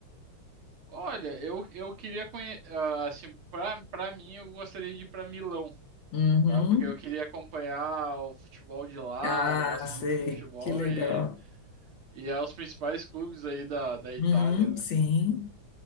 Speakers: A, on the right (about 80°); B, on the left (about 70°).
A: Olha, eu, eu queria conhecer, assim, pra, pra mim, eu gostaria de ir pra Milão.
B: Uhum.
A: tá? Porque eu queria acompanhar o futebol de lá,
B: Ah,
A: eu gosto
B: sei.
A: muito de futebol
B: Que legal.
A: e, e é os principais clubes aí da, da Itália,
B: Uhum,
A: né?
B: sim.